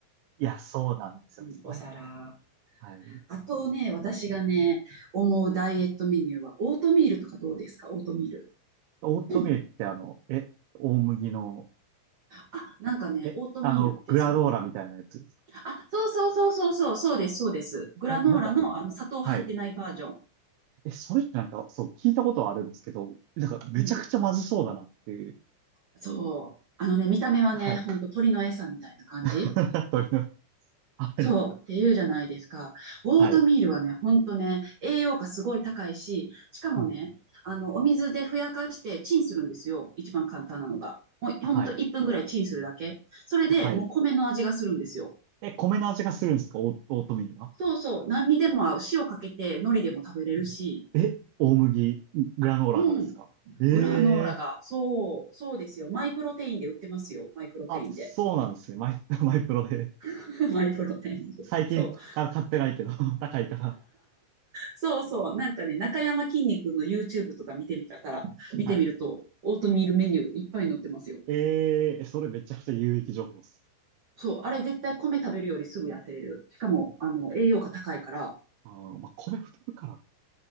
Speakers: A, on the right (about 80°); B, on the right (about 55°).
A: いや、そうなんですよ。
B: うん、お皿。
A: はい。はい。
B: あとね、私がね、思うダイエットメニューは、オートミールとかどうですかオートミール。
A: オートミールってあの、
B: うん
A: え、大麦の、
B: あ、なんかね、
A: え、
B: オートミールってその、
A: あの、グラドーラみたいなやつですか
B: あ、そうそうそうそうそう、そうです、そうです。グラノーラのあの砂糖入ってないバージョン。
A: え、なんか、はい。え、それってなんか、そう、聞いたことはあるんですけど、なんか、めちゃくちゃまずそうだなっていう。
B: うん。そう。あのね、見た目はね、
A: はい。
B: ほんと鳥の餌みたいな感じ。
A: <laughs> 鳥の、はい。
B: そう、っていうじゃないですか。オートミールはね、
A: はい。
B: ほんとね、栄養価すごい高いし、しかもね、
A: うん。
B: あの、お水でふやかしてチンするんですよ。一番簡単なのが。ほんほんと1分ぐらいチンするだけ。
A: はい。
B: それでもう米の味がするんですよ。
A: はい。え、米の味がするんですかオー、オートミールが。
B: そうそう、何にでも合う。塩かけて海苔でも食べれるし。
A: え、大麦、グラノーラがですかええ
B: うん。グラノーラが、そう、そうですよ。マイプロテインで売ってますよ。マイプロテインで。
A: あ、そうなんですね。マイ、<laughs> マイプロで。
B: <laughs> マイプロテインで。
A: 最近から買ってないけど、
B: そう。
A: <laughs> 高いから。
B: そうそう、なんかね、中山きんに君の YouTube とか見てみたら、見てみると、
A: はい。
B: オートミールメニューいっぱい載ってますよ。
A: ええそれめちゃくちゃ有益情報です。
B: そう、あれ絶対米食べるよりすぐ痩せれる。しかも、あの、栄養価高いから、
A: あー、まあ、米太るから。